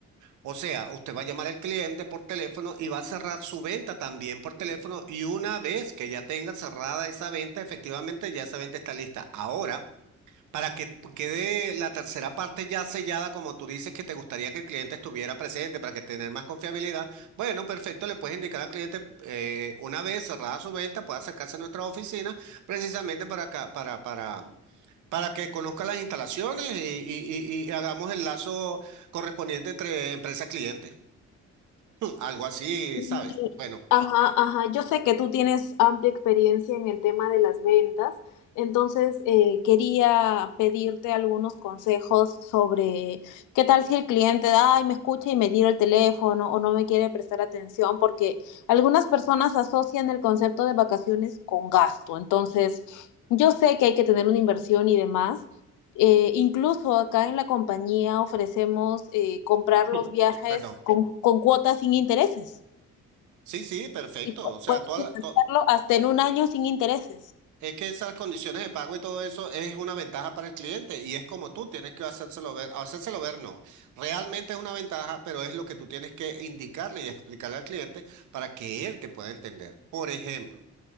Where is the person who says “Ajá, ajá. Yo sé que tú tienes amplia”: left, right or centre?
Left